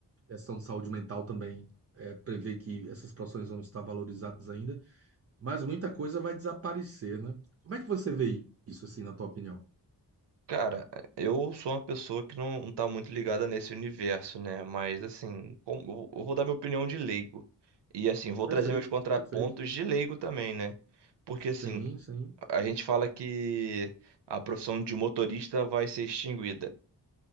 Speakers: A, on the right (about 35°); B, on the right (about 90°).
A: questão de saúde mental também é, prevê que essas profissões vão estar valorizadas ainda, mas muita coisa vai desaparecer, né? Como é que você vê isso, assim, na tua opinião?
B: Cara, eu sou uma pessoa que não, não tá muito ligada nesse universo, né? Mas assim, como- eu vou eu vou dar minha opinião de leigo. E assim, vou
A: Perfeito,
B: trazer meus contrapontos
A: perfeito.
B: de leigo também, né? Porque assim,
A: Sim, sim.
B: a gente fala que a profissão de motorista vai ser extinguida.